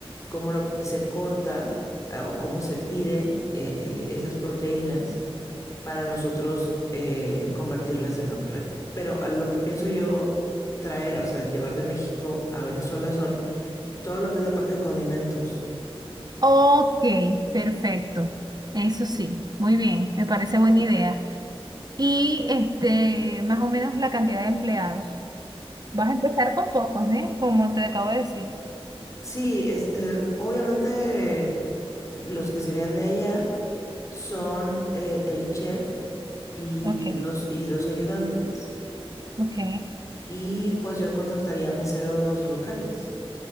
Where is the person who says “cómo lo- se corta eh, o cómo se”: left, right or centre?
Left